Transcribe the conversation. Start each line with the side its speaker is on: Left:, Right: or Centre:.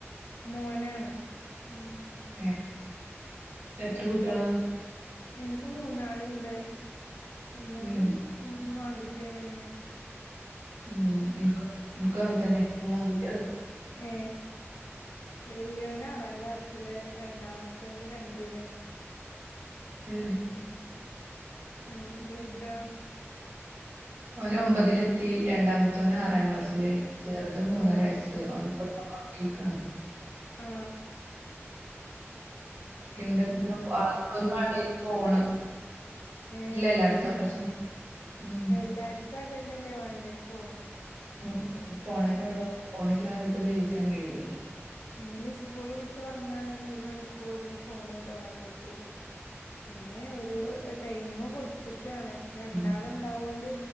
Left: മോനാണ് ഉം
Right: ഏ എത്ര
Left: എന്താ
Right: കുട്ടികളാ
Left: ഇൻക്ക് മൂന്നാള്ണ്ട് മൂന്നും
Right: ഏ
Left: ഉ ആൺകുട്ടി ളെന്നെ
Right: മ്മ് ഇൻ ഇനകു അങ്ങൻതന്നെ മൂന്നാകട്ട്യാള്
Left: ഏ വല്യോന് ആറാം ക്ലാസ്സില് രണ്ടാമത്തോന് രണ്ടില്
Right: ഏ,
Left: അങ്ങനെ അൻ്റെ വെൽതോ
Right: ഓനൊമ്പതിലെത്തി രണ്ടാമത്തോന് ആറാം
Left: ഉം
Right: ക്ലാസ്സില് ചെറത് മൂന്നരയസ്സ്
Left: ആഹ്
Right: ഓന് ഒർക്കീക്ണ്
Left: ആ
Right: ഒർക്ക്ണ്ട് പിന്നെ ആദ്യം ഓന് വാണ്ടിയെരും ഫോണ്
Left: ഏ
Right: ഇല്ല ഇല്ല അടുത്ത
Left: ആ
Right: പ്രാവശ്യം ഉം,
Left: എല്ലാർക്കും അതന്നെല്ലേ വാണ്ടേ ഫോണ്
Right: മ്മ്
Left: ഉം
Right: ഫോണെന്നെള്ളു ഫോണില്ലാതെപ്പോ ജീവിചാൻ കയ്യൂല്ലല്ലോ
Left: ഇഞ് സ്കൂള് വിട്ട് വന്നാ ഇനി ഒരു മണിക്കൂറിന് ഫോണേ തൊടാൻ കിട്ടൂല പിന്നെ ഒരു ടൈമിങ് കൊടുത്താക്കാണ് രണ്ടാള്ണ്ടാവോണ്ട്
Right: ഉം.